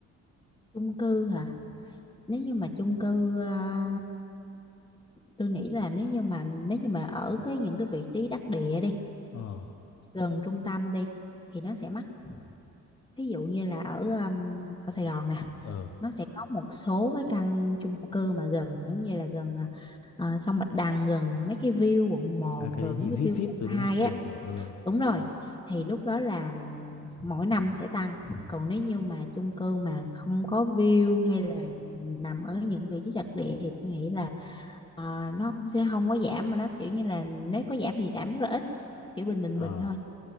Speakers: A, on the left; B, on the left.
A: chung cư hả nếu như mà chung cư ờ, tôi nghĩ là nếu như mà nếu như mà ở cái những cái vị trí đắc địa đi
B: ờ
A: gần trung tâm đi thì nó sẽ mắc thí dụ như là ở um, ở Sài Gòn nè
B: ờ
A: nó sẽ có một số cái căn chung cư mà gần giống như là gần à, à, sông Bạch Đằng gần mấy cái view quận một
B: à cái
A: rồi
B: đấy
A: mấy
B: thì vip
A: cái view
B: vip
A: quận
B: rồi
A: 2
B: đúng không kiểu
A: á
B: kiểu ờ
A: đúng rồi thì lúc đó là mỗi năm sẽ tăng còn nếu như mà chung cư mà không có view hay là nằm ở những vị trí trật địa thì tôi nghĩ là ờ, nó cũng sẽ không có giảm mà nó kiểu như là nếu có giảm thì giảm rất là ít kiểu bình bình
B: ờ
A: bình thôi